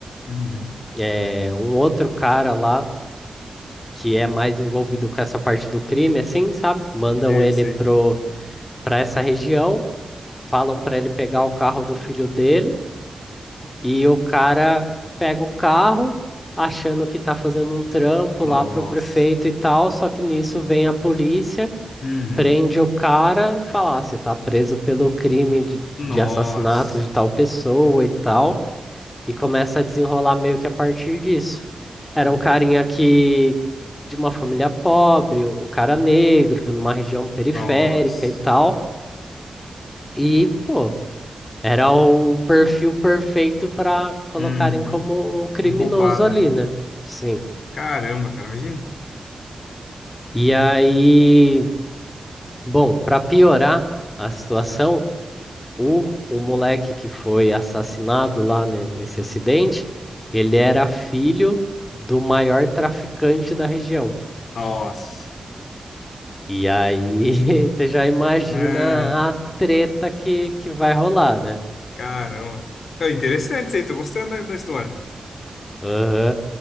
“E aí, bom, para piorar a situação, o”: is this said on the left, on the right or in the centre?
Left